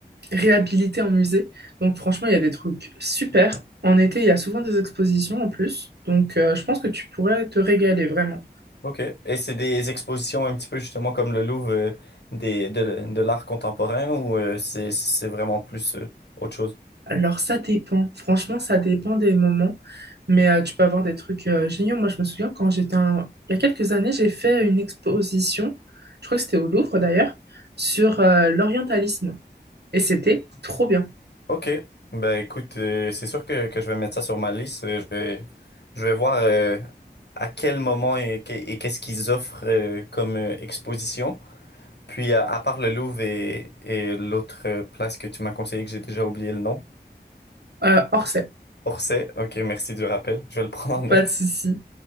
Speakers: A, on the right; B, on the left.
A: réhabilitée en musée. Donc franchement, il y a des trucs super. En été, il y a souvent des expositions en plus. Donc euh, je pense que tu pourrais te régaler vraiment.
B: Ok. Et c'est des expositions un petit peu justement comme le Louvre euh, des, de, de l'art contemporain ou euh, c'est, c'est vraiment plus euh, autre chose?
A: Alors ça dépend, franchement ça dépend des moments, mais euh, tu peux avoir des trucs euh, géniaux. Moi je me souviens quand j'étais un- il y a quelques années, j'ai fait une exposition, je crois que c'était au Louvre d'ailleurs, sur euh, l'orientalisme et c'était trop bien.
B: Ok, ben écoute, euh, c'est sûr que, que je vais mettre ça sur ma liste. Euh, Je vais, je vais voir euh, à quel moment et, que- et qu'est-ce qu'ils offrent euh, comme euh, exposition. Puis à, à part le Louvre et, et l'autre euh, place que tu m'as conseillé que j'ai déjà oublié le nom.
A: Euh, Orsay,
B: Orsay, ok, merci du rappel. Je vais le <laughs> prendre en note.
A: pas de souci.